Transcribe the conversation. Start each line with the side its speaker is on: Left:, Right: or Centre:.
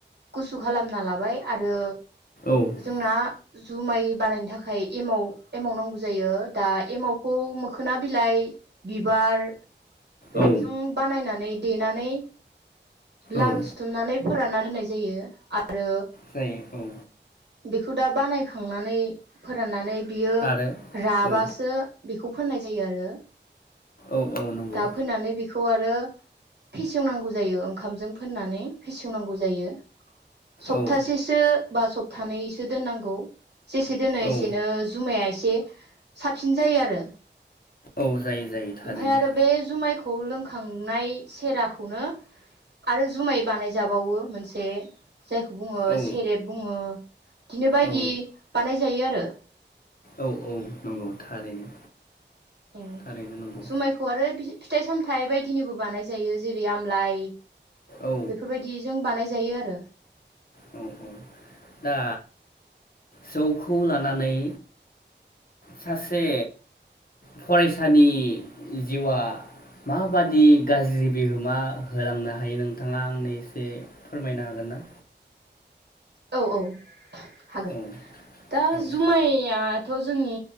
Right: गुसु खालामना लाबाय आरो
Left: औ
Right: जोंना जुमाय बानायनो थाखाय एमाव एमाव नांगौ जायो दा एमावखौ मोखोना बिलाइ बिबार बेफोरजों
Left: औ
Right: बानायनानै देनानै लारु
Left: औ
Right: सिथुमनानै फोर फोरानना दोननाय जायो आरो
Left: जायो औ
Right: बेखौ दा बानाय नै फोराननानै बियो
Left: आरो
Right: राबासो
Left: औ
Right: बेखौ फोननाय जायो आरो
Left: औ औ नंगौ
Right: दा फोननानै बेखौ आरो फेसेवनांगौ जायो ओंखामजों फोननानै फेसेवनांगौ जायो सप्तासेसो
Left: औ
Right: बा सबथानैसो दोननांगौ जेसे दोनो
Left: औ
Right: एसेनो जुमाया एसे एसे साबसिन जायो आरो
Left: औ जायो जायो थारैनो
Right: ओमफ्राय आरो बे जुमायखौ लोंखांनाय सेराखौनो आरो जुमाय बानायजाबावो मोनसे से जायखौ बुङो
Left: औ
Right: सेरेब बुङो बिदिनो बायदि
Left: औ
Right: बानाय जायो आरो
Left: औ औ नंगौ थारैनो
Right: औ
Left: थारैनो नंगौ
Right: जुमायखौ आरो फिथाइ सामथाइ बायदिनिबो बानाय जायो जेरै रै आमलाय
Left: औ
Right: बेफोरबायदि जों बानाय जायो आरो
Left: औ दा जौखौ लानानै सासे फरायसानि जिउआ माबादि गाज्रि बिहोमा होलांनो हायो नोंथाङा आंनो एसे फोरमायनो हागोन ना
Right: औ औ हागोन
Left: औ
Right: दा
Left: औ
Right: जुमाया दाथ जोंनि